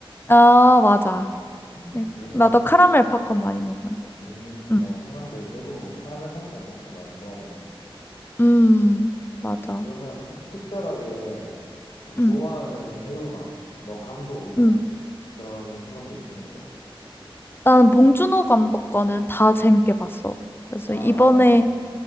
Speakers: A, on the left; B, on the left.
A: 아, 맞아.
B: 음,
A: 네.
B: 그래서,
A: 나도 카라멜 팝콘 많이 먹었는데.
B: 음,
A: 음,
B: 맞아. 사람들 대부분 카라멜 팝콘 엄청 많이 좋아하더라.
A: 음, 맞아.
B: 그러면 혹시 특별하게 좋아하는
A: 음,
B: 배우나 뭐 감독이나
A: 음.
B: 그런 사람들이 좀 있어?
A: 나는 봉준호 감독 거는 다 재밌게 봤어. 그래서
B: 아,
A: 이번에,